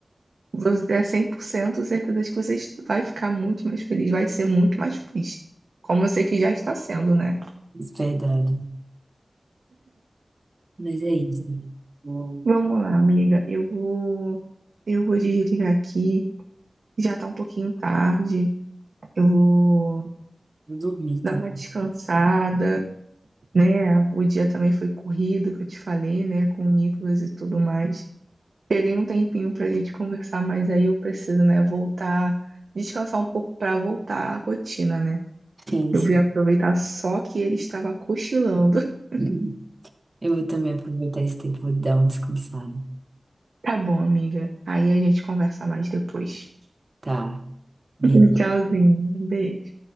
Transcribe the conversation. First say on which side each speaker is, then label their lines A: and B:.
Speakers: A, on the right; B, on the right.
A: Você é 100% certeza de que você vai ficar muito mais feliz, vai ser muito mais feliz. Como eu sei que já está sendo, né?
B: Verdade. Mas é isso. Vou,
A: Vamos lá, amiga. Eu vou, eu vou desligar aqui. Já tá um pouquinho tarde. Eu vou
B: vou dormir também.
A: dar uma descansada, né? O dia também foi corrido, que eu te falei, né? Com o Nicolas e tudo mais. Peguei um tempinho pra gente conversar, mas aí eu preciso, né? Voltar, descansar um pouco pra voltar à rotina, né?
B: Sim,
A: Eu
B: sim.
A: vim aproveitar só que ele estava cochilando. <laughs>
B: <laughs> Eu vou também aproveitar esse tempo, vou dar uma descansada.
A: Tá bom, amiga. Aí a gente conversa mais depois.
B: Tá. Beijo.
A: <laughs> Tchauzinho. Beijo.